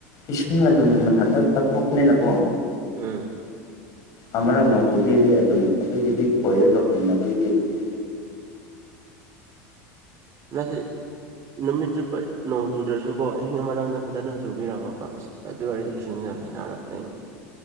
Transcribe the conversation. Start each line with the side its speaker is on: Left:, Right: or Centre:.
Left: ꯏꯁꯤꯡ ꯑꯗꯨꯝ ꯃꯊꯟꯇ ꯀꯥꯊꯣꯛꯄꯅꯤꯅꯀꯣ
Right: ꯑꯥ
Left: ꯑꯃꯅꯛ ꯅꯣꯡ ꯆꯨꯕꯤꯔꯤ ꯑꯗꯨꯝ ꯑꯗꯨꯒꯤꯗꯤ ꯈꯣꯏꯔ ꯆꯧꯁꯤꯟꯅꯕꯒꯤꯗꯤ ꯑꯗꯨ <inaudible>
Right: ꯃꯥꯁꯤ ꯅꯨꯃꯤꯠ ꯆꯨꯞꯄ ꯅꯣꯡ ꯆꯨꯗ꯭ꯔꯁꯨꯀꯣ ꯑꯍꯤꯡ ꯑꯃꯇꯪꯗ ꯐꯖꯅ ꯆꯨꯕꯤꯔꯝꯃꯕ ꯑꯁ ꯑꯗꯨ ꯑꯣꯏꯔꯗꯤ ꯏꯁꯤꯡ ꯂꯩꯔ ꯀ